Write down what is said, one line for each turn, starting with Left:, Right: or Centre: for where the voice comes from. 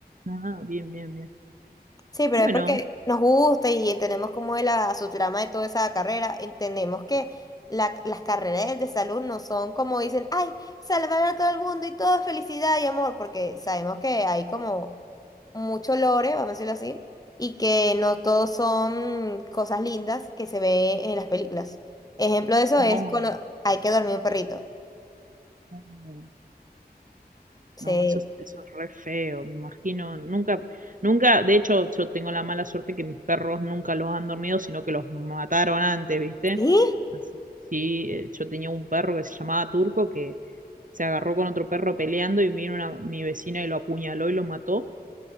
Right: Ah, bien, bien, bien.
Left: Sí, pero
Right: Bueno,
Left: es porque nos gusta y entendemos cómo es la, su trama de toda esa carrera. Entendemos que la- las carreras de salud no son como dicen, ay, salvar a todo el mundo y todo es felicidad y amor, porque sabemos que hay como mucho lore, vamos a decirlo así, y que no todos son cosas lindas que se ve en las películas. Ejemplo de eso
Right: no.
Left: es cuando hay que dormir un perrito.
Right: no. no.
Left: Sí.
Right: No, eso, es- eso es re feo, me imagino. Nunca, nunca, de hecho, yo tengo la mala suerte que mis perros nunca los han dormido, sino que los mataron antes, ¿viste?
Left: ¿Sí?
Right: Así, sí, eh, yo tenía un perro que se llamaba Turco que se agarró con otro perro peleando y vino una- mi vecina y lo apuñaló y lo mató,